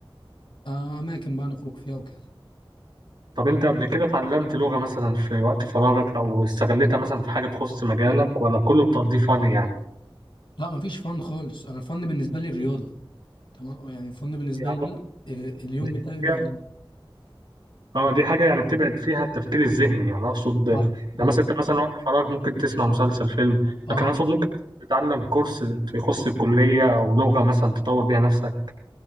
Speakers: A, on the left; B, on the right.
A: آه أماكن بقى نخرج فيها وكده
B: طب انت قبل كده اتعلمت لغه مثلا في وقت فراغك او استغلتها مثلا في حاجه تخص مجالك ولا كله بتقضيه فن يعني
A: لا مفيش فن خالص أنا الفن بالنسبة لي الرياضة تمام يعني الفن بالنسبة
B: يعني
A: لي كده آه، اليوم
B: دي
A: بتاعي بيبقى
B: حاجه
A: ليه-
B: اه دي حاجه يعني بتبعد فيها التفكير الذهني يعني اقصد يعني
A: صح مم.
B: مثلا انت مثلا وقت فراغ ممكن تسمع مسلسل فيلم
A: اه
B: لكن اقصد ممكن تتعلم كورس يخص الكليه او لغه مثلا تطور بيها نفسك